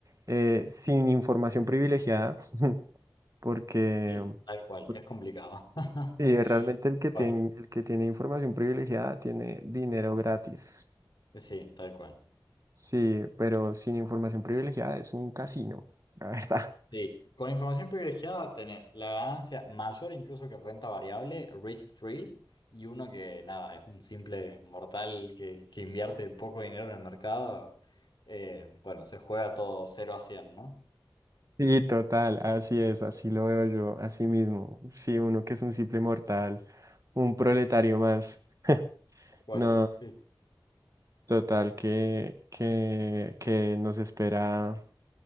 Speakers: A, on the right (about 40°); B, on the left (about 65°).
A: eh, sin información privilegiada, <laughs> porque,
B: Sí, tal cual.
A: porque
B: Es complicado. <laughs>
A: sí,
B: Tal
A: realmente el que
B: cual.
A: tiene, el que tiene información privilegiada tiene dinero gratis.
B: Sí, tal cual.
A: Sí, pero sin información privilegiada es un casino, <laughs> la verdad.
B: Sí. Con información privilegiada tenés la ganancia mayor incluso que renta variable, risk free, y uno que nada, es un simple mortal que, que invierte poco dinero en el mercado. eh, bueno, se juega todo cero a 100, ¿no?
A: Sí, total, así es, así lo veo yo, así mismo. Sí, uno que es un simple mortal, un proletario más. <laughs>
B: Cuál,
A: No.
B: sí.
A: Total que, que, que nos espera